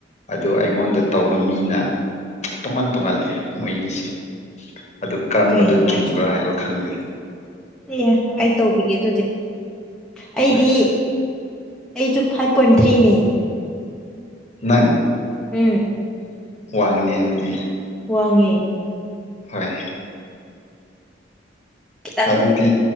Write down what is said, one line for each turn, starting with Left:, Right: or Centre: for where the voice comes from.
Left: ꯑꯗꯣ ꯑꯩꯉꯣꯟꯗ ꯇꯧꯕ ꯃꯤꯅ ꯇꯣꯉꯥꯟ ꯇꯣꯡꯍꯜꯂꯤ ꯃꯣꯏꯒꯤꯁꯦ ꯑꯗꯨ ꯀꯔꯝꯕꯗ
Centre: ꯀꯔꯤꯅꯣ ꯍꯥꯏꯁꯦ
Left: ꯆꯨꯝꯕ꯭ꯔꯥ ꯍꯥꯏꯕ ꯈꯪꯗꯦ
Centre: ꯑꯦ ꯑꯩ ꯇꯧꯕꯤꯒꯦ ꯑꯗꯨꯗꯤ ꯑꯩꯗꯤ
Left: ꯍꯣꯏ
Centre: ꯑꯩꯁꯨ ꯐꯥꯏꯚ ꯄꯣꯏꯟ ꯊ꯭ꯔꯤꯅꯦ
Left: ꯅꯪ
Centre: ꯍ
Left: ꯋꯥꯉꯅꯦ ꯑꯗꯨꯗꯤ
Centre: ꯋꯥꯡꯉꯦ
Left: ꯍꯣꯏ
Centre: ꯈꯤꯇꯪ
Left: ꯑꯗꯨꯗꯤ